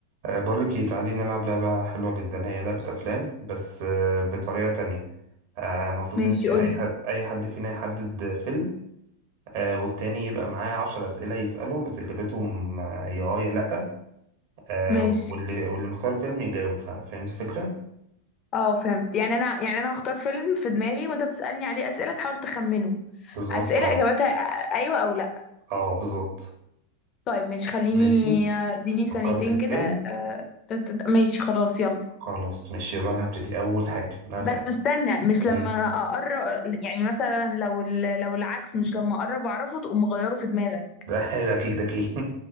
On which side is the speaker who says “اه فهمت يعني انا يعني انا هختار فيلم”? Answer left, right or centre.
Left